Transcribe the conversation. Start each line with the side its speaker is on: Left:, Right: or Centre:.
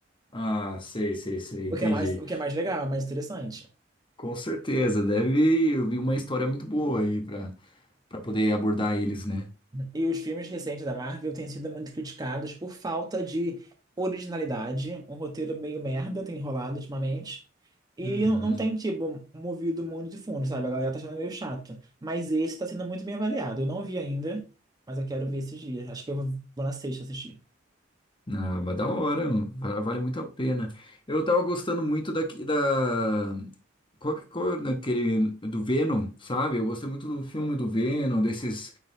Left: Ah, sei, sei, sei, entendi.
Right: O que é mais, o que é mais legal, é mais interessante.
Left: Com certeza, deve vir uma história muito boa aí para para poder abordar eles, né?
Right: E os filmes recentes da Marvel têm sido muito criticados por falta de originalidade, um roteiro meio merda, tem enrolado ultimamente. E
Left: Uhum.
Right: não não tem, tipo, movido o mundo de fundo, sabe? A galera tá achando meio chato. Mas esse tá sendo muito bem avaliado. Eu não vi ainda, mas eu quero ver esses dias. Acho que eu vou na sexta assistir.
Left: Ah, mas da hora, mano. Va- vale muito a pena. Eu tava gostando muito daqui da. Qual, que- qual daquele do Venom, sabe? Eu gostei muito do filme do Venom, desses